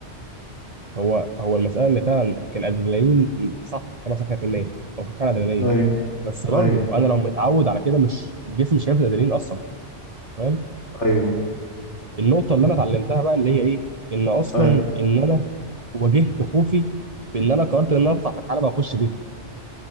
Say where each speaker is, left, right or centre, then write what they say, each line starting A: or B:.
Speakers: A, on the right; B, on the left.
A: هو هو المساله اللي فعلا كان ادرينالين صح كما صح في الليل هو كان فعلا ادرينالين
B: ايوه
A: بس برضو
B: ايوه
A: انا لو متعود على كده مش جسمي مش هيفرز ادرينالين اصلا فاهم
B: ايوه
A: النقطه اللي انا اتعلمتها بقى اللي هي ايه ان اصلا
B: ايوه
A: ان انا واجهت خوفي بان انا قررت ان انا اطلع في الحلبه واخش بيها